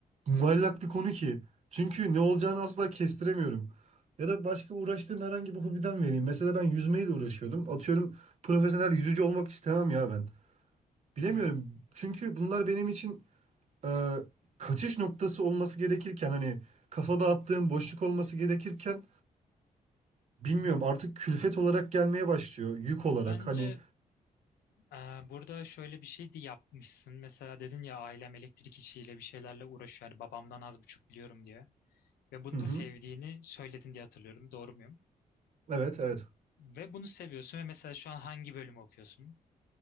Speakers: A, on the right; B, on the left.
A: muallak bir konu ki. Çünkü ne olacağını asla kestiremiyorum. Ya da başka uğraştığım herhangi bir hobiden vereyim. Mesela ben yüzmeyle uğraşıyordum. Atıyorum profesyonel yüzücü olmak istemem ya ben. Bilemiyorum.
B: Hı
A: Çünkü bunlar benim için e, kaçış noktası olması gerekirken hani kafa dağıttığım boşluk olması gerekirken Bilmiyorum
B: hı.
A: artık külfet olarak gelmeye başlıyor. Yük olarak
B: Bence
A: hani
B: Ee, Burada şöyle bir şey de yapmışsın. Mesela dedin ya ailem elektrik işiyle bir şeylerle uğraşıyor. Yani babamdan az buçuk biliyorum diye. Ve bunu
A: Hı
B: da
A: hı.
B: sevdiğini söyledin diye hatırlıyorum. Doğru muyum?
A: Evet evet.
B: Ve bunu seviyorsun ve mesela şu an hangi bölümü okuyorsun?